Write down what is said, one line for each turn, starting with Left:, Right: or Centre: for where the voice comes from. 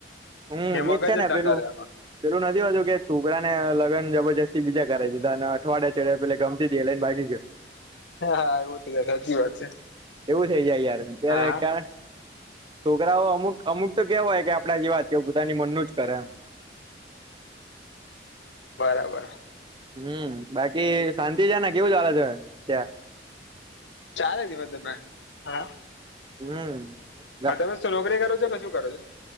Right: હમ્મ,
Left: એ મગજ
Right: ઈજ છે
Left: જ
Right: ને
Left: ના
Right: પેલું
Left: ચાલે આમાં
Right: પેલું નથી હોતું કે છોકરા ને લગન જબરજસ્તી બીજા કરાઈ દીધા અને અઠવાડિયા ચડે પેલે ગમતી તી એ લઈને ભાગી ગયો.
Left: <inaudible> એવું થઈ જાય સાચી વાત છે
Right: એવું થઇ જાય યાર ત્યારે
Left: હા હા
Right: કા છોકરાઓ અમુક અમુક તો કેવા હોય કે આપણા જેવા જ એ પોતાની મનનું જ કરે એમ
Left: બરાબર
Right: હમ્મ, બાકી શાંતિ છે ને કેવું ચાલે છે? ત્યાં
Left: ચાલે છે મતલબમાં હા
Right: હમ ગા-
Left: હા તમે શું નોકરી કરો છો કે શું કરો છો